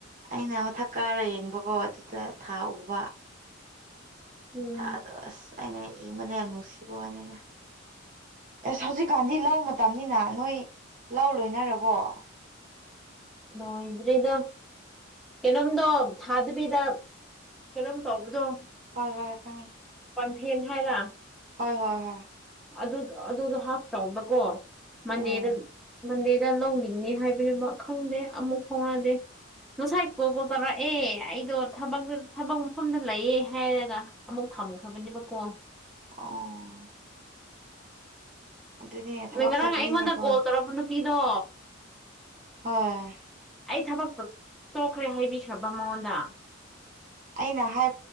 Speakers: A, on the right; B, in the centre.
A: ꯑꯩꯅ ꯃꯊꯛ ꯀꯥꯔ ꯌꯦꯡꯕꯀꯣ ꯑꯗꯨꯗ ꯊꯥ ꯎꯕ
B: ꯎꯝ
A: ꯊꯥꯗꯣ ꯑꯁ ꯑꯩꯅ ꯌꯦꯡꯕꯗ ꯌꯥꯝ ꯅꯨꯡꯁꯤꯕ ꯋꯥꯅꯦꯗꯥ ꯑꯦꯁ ꯍꯧꯖꯤꯛꯀꯥꯟꯗꯤ ꯂꯧ ꯃꯇꯝꯅꯤꯅ ꯅꯣꯏ ꯂꯧ ꯂꯣꯏꯅꯔꯕꯣ <inaudible>
B: ꯂꯣꯏꯗ꯭ꯔꯤꯗ ꯀꯩꯅꯣꯝꯗꯣ ꯊꯥꯗꯕꯤꯗ ꯀꯩꯅꯣꯝ ꯇꯧꯕꯗꯣ
A: ꯍꯣꯏ ꯍꯣ ꯍꯣꯢ ꯈꯪꯉꯦ
B: ꯄꯟꯐꯦꯟ ꯍꯥꯏꯔ
A: ꯍꯣꯏ ꯍꯣꯏ ꯍꯣꯏ
B: ꯑꯗꯨ ꯑꯗꯨꯗꯣ ꯍꯥꯐ ꯇꯧꯕꯀꯣ ꯃꯟꯗꯦꯗ
A: ꯎꯝ
B: ꯃꯟꯗꯦꯗ ꯂꯧ ꯂꯤꯡꯅꯤ ꯍꯥꯏꯕꯅꯦꯕ ꯈꯪꯗꯦ ꯑꯃꯨꯛ ꯐꯥꯎꯅꯗꯦ ꯉꯁꯥꯏ ꯀꯣ ꯀꯣꯜ ꯇꯧꯔꯛꯑꯦ ꯑꯩꯗꯣ ꯊꯕꯛꯇ ꯊꯕꯛ ꯃꯐꯝꯗ ꯂꯩꯌꯦ ꯍꯥꯏꯔꯒ ꯑꯃꯨꯛ ꯊꯝꯈ꯭ꯔꯕꯅꯦꯕꯀꯣ
A: ꯑꯣ ꯑꯗꯨꯅꯦ ꯊꯕꯛ
B: ꯉꯔꯥꯡ
A: ꯆꯠꯄꯅꯤꯅꯦꯀꯣ
B: ꯑꯩꯉꯣꯟꯗ ꯀꯣꯜ ꯇꯧꯔꯛꯄ ꯅꯨꯄꯤꯗꯣ
A: ꯍꯣꯏ
B: ꯑꯩ ꯊꯕꯛꯇꯣ ꯇꯣꯛꯈ꯭ꯔꯦ ꯍꯥꯏꯕꯤꯈ꯭ꯔꯕ ꯃꯉꯣꯟꯗ
A: ꯑꯩꯅ ꯍꯥꯏ